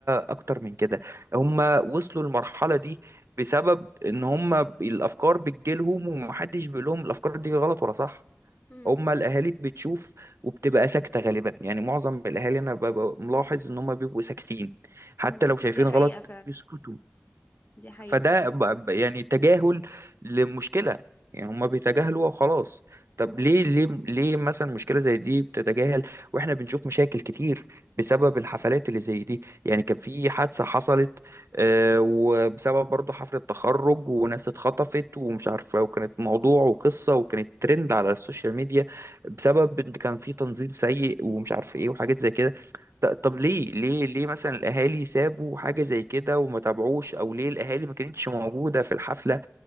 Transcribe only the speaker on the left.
امم
امم
دي حقيقة
فعلا
دي حقيقة
امم